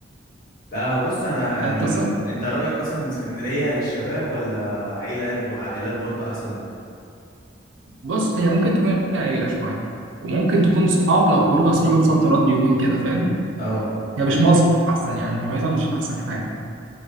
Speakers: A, on the left; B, on the right.
A: لا وبص انا يعني
B: انت صح
A: انت رأيك اصلا ان اسكندرية للشباب ولا عائلات ب... عائلات برضو احسن
B: بص هي ممكن تكون عيله شويه وممكن تكون صحاب لو خروجه يوم صد رد يومين كده فاهم
A: اه
B: هي مش مصر احسن يعني الولايات مش احسن حاجه